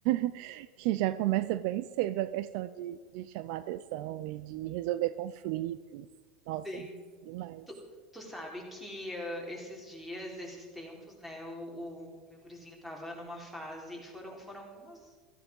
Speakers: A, on the right; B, in the centre.
A: <laughs> que já começa bem cedo a questão de, de chamar atenção e de resolver conflitos. Nossa,
B: sim.
A: demais.
B: Tu, tu sabe que ah, esses dias, esses tempos, né, o, o, o meu gurizinho estava numa fase, foram, foram algumas,